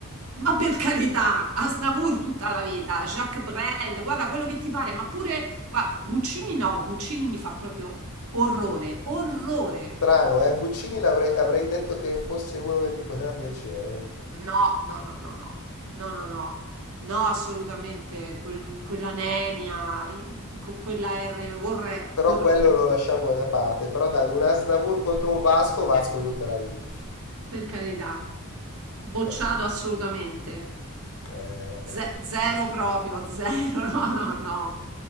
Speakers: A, on the right; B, on the left.
A: Ma per carità, Aznavour tutta la vita, Jacques Brel, guarda quello che ti pare, ma pure, guarda, Guccini no, Guccini mi fa proprio orrore, orrore.
B: Strano, eh? Guccini l'avrei, avrei detto che fosse uno che ti poteva piacere.
A: No, no, no, no, no, no, no, no, no, assolutamente, quel- quella nenia, eh, con quella R, orre-
B: Però
A: orrendo,
B: quello lo lasciamo da parte. Però dai, un Asnavour contro un Vasco, Vasco tutta la vita.
A: per carità, bocciato
B: Eh,
A: assolutamente,
B: eh, vabbè.
A: Ze- zero proprio, <laughs> zero, no, no, no.